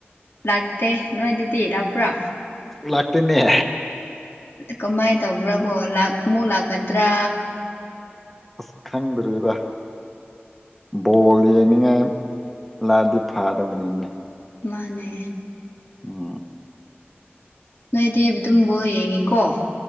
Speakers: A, on the left (about 65°); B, in the centre.
A: ꯂꯥꯛꯇꯦ ꯅꯣꯏ ꯗꯗꯤ ꯂꯥꯛꯄ꯭ꯔꯥ
B: ꯂꯥꯛꯇꯅꯦ
A: ꯀꯃꯥꯏꯅ ꯇꯧꯕ꯭ꯔꯥ ꯀꯣ ꯑꯃꯨꯛ ꯂꯥꯛꯀꯗ꯭ꯔꯥ
B: ꯑꯁ ꯈꯪꯗ꯭ꯔꯤꯗ ꯕꯣꯜ ꯌꯦꯡꯅꯤꯡꯉꯥꯏ ꯂꯥꯑꯗꯤ ꯐꯥꯗꯕꯅꯤꯅꯦ
A: ꯃꯥꯅꯦ
B: ꯎꯝ
A: ꯅꯣꯏꯗꯤ ꯑꯗꯨꯝ ꯕꯣꯜ ꯌꯦꯡꯉꯤꯀꯣ